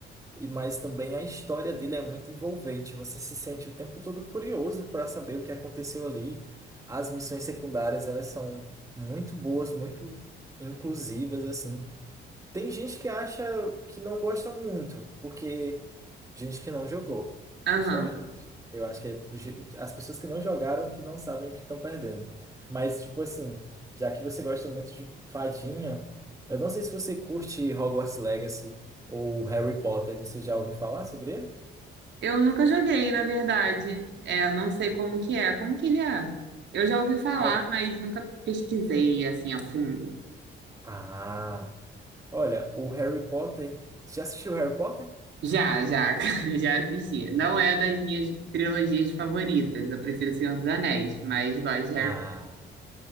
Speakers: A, on the right; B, on the right.
A: E mas também a história dele é muito envolvente. Você se sente o tempo todo curioso para saber o que aconteceu ali. As missões secundárias, elas são muito boas, muito inclusivas assim. Tem gente que acha que não gosta muito, porque Gente que não jogou,
B: Aham.
A: justamente. Eu acho que é pro je- as pessoas que não jogaram que não sabem o que estão perdendo. Mas, tipo assim, já que você gosta muito de fadinha, eu não sei se você curte Hogwarts Legacy ou Harry Potter. Você já ouviu falar sobre ele?
B: Eu nunca joguei, na verdade. É, eu não sei como que é. Como que ele é? Eu já ouvi falar,
A: Ho-
B: mas nunca pesquisei, assim, a fundo.
A: Ah, olha, o Harry Potter. Já assistiu Harry Potter?
B: Já, já, <laughs> já assisti. Não é das minhas trilogias favoritas. Eu prefiro Senhor dos Anéis, mas gosto de Harry.
A: Ah,